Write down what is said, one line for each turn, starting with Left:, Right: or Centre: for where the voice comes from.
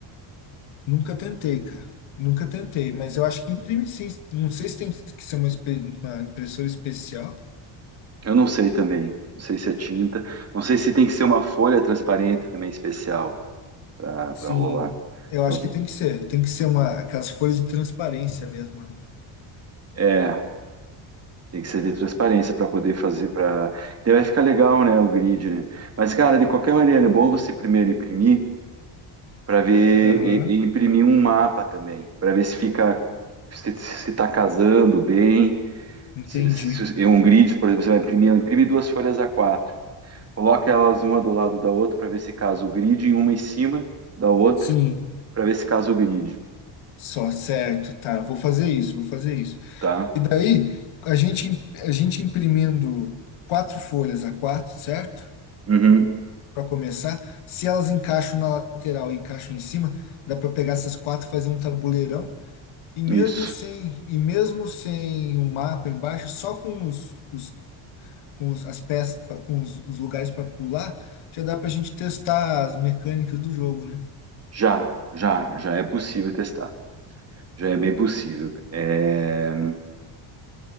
Left: Nunca tentei, cara. Nunca tentei, mas eu acho que imprime sim. Não sei se tem que ser uma, espe- uma impressora especial.
Right: Eu não sei também. Não sei se é tinta. Não sei se tem que ser uma folha transparente também especial para
Left: Sim,
Right: rolar.
Left: eu
Right: Então
Left: acho
Right: tem.
Left: que tem que ser. Tem que ser uma, aquelas folhas de transparência mesmo, né?
Right: É. Tem que ser de transparência para poder fazer para. Daí vai ficar legal, né? O grid, né? Mas, cara, de qualquer maneira, é bom você primeiro imprimir para ver
Left: Aham,
Right: e, e imprimir um mapa também, para ver se fica se se está casando bem.
Left: entendi.
Right: Se, se, em um grid, por exemplo, você vai imprimir, imprime duas folhas A4, coloca elas uma do lado da outra para ver se casa o grid e uma em cima da outra
Left: Sim,
Right: para ver se casa o grid,
Left: só certo, tá. Vou fazer isso, vou fazer isso.
Right: tá?
Left: E daí, a gente, a gente imprimindo quatro folhas a quatro, certo?
Right: Uhum,
Left: para começar. Se elas encaixam na lateral e encaixam em cima, dá para pegar essas quatro, fazer um tabuleirão. E mesmo
Right: isso.
Left: sem, e mesmo sem um mapa embaixo, só com os, os- com os- as peças, pra- com os, os lugares para pular, já dá para a gente testar as mecânicas do jogo, né?
Right: Já, já, já é possível testar. Já é bem possível. É...